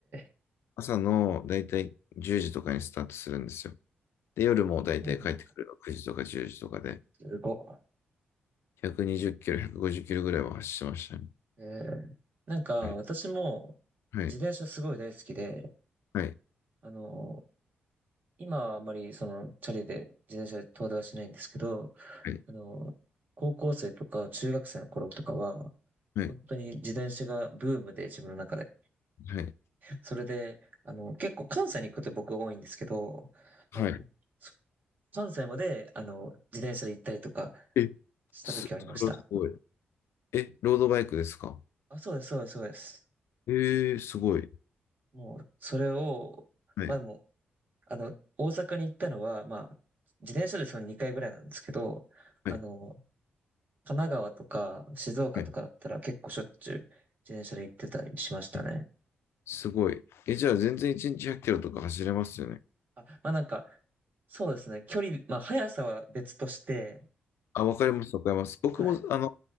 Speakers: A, on the right (about 50°); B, on the left (about 80°).
A: ええ
B: 朝のだいたい10時とかにスタートするんですよ。で、夜もだいたい帰ってくるの9時とか10時とかで、
A: そうなんだ。すご
B: 120キロ、150キロぐらいは走ってましたね。
A: い。ええなんか私も自転車すごい大好きで、
B: はい、はい、は
A: あの、今はあまりそのチャリで自転車で遠出はしないんですけど、
B: い、
A: あの、高校生とか中学生の頃とかは、
B: はい、
A: 本当に自転車がブームで自分の中で。
B: はい、
A: それで、あの、結構関西に行くこと僕多いんですけど、あの、
B: はい。はい
A: そ関西まで、あの、自転車で行ったりとか
B: え、
A: した時はありました。
B: す、それはすごい。え、ロードバイクですか
A: あ、そうです、そうです、そうです。
B: えー、すごい。
A: もう、それを、
B: はい、
A: まあでも、あの、大阪に行ったのは、まあ、自転車でその2回ぐらいなんですけど、あの、
B: はい、
A: 神奈川とか静岡とかだったら結構しょっちゅう
B: はい。
A: 自転車で行ってたりしましたね。
B: え、すごい。え、じゃあ全然1日100キロとか走れますよね。
A: あ、まあなんか、そうですね。距離、まあ速さは別として、
B: あ、わかります、わかります。僕も、
A: はい、
B: あの、